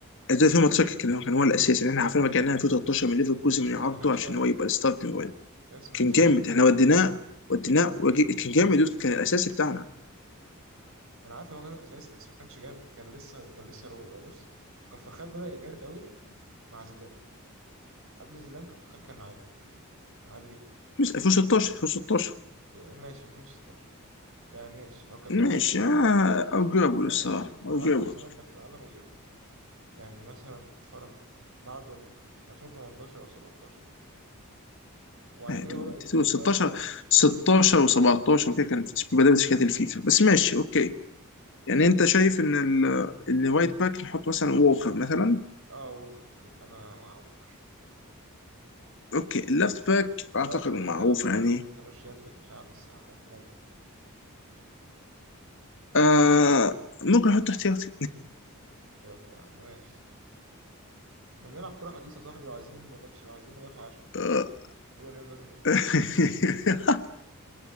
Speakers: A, on the left; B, on the right.
A: 2018 كان هو كان هو الاساسي يعني احنا عارفين ما كان 2013 من ليفركوزن من اعارته
B: ما هو ما كانش
A: عشان
B: جامد
A: هو يبقى الستارتنج وين
B: يس ما
A: كان
B: كانش
A: جامد
B: جامد
A: احنا
B: أول
A: وديناه
B: ما جه
A: وديناه وجي- كان جامد دود كان الاساسي بتاعنا
B: ما أنا عارف إن هو كان أساسي بس ما كانش جامد كان لسه كان لسه رو يعني بص كارفاخال بدأ يبقى جامد قوي مع زيدان قبل زيدان كارفاخال كان عادي كان عادي جدا
A: مش 2016 2016
B: يعني ماشي 2016 يعني ماشي هو كان بدأ
A: ماشي
B: يبقى جامد
A: آه،
B: في 2016
A: اوجرابل
B: ما بقاش
A: الصراحه
B: أحسن ما
A: اوجرابل
B: بقاش أحسن رايت باك في العالم وغيره يعني مثلا مؤخرا بعد 2018 أو 17 وبعد
A: آه
B: كده
A: دود
B: بدأ يديكلاين
A: دود 16
B: بقى حوارات الشيشة
A: 16
B: والإصابات
A: و17 وكده كان في بدايه شركات الفيفا بس ماشي اوكي يعني انت شايف ان ال- ان وايت باك نحط مثلا ووكر مثلا
B: اه ووكر اوكي انا مع ووكر
A: اوكي اللفت باك
B: خلي
A: اعتقد
B: بالك انا
A: معروف
B: متضايق على فكره
A: يعني
B: احنا ما حطيناش يان في الدفاع بس هعديها لك يعني
A: آه ممكن احط احتياطي
B: ياض يا عم ماشي احنا بنلعب كره حديثه يا صاحبي وعايزين باكش عايزين مدافع اشول
A: <laughs>
B: ماليش
A: آه.
B: دعوه دول يان لازم يقفل.
A: <laughs>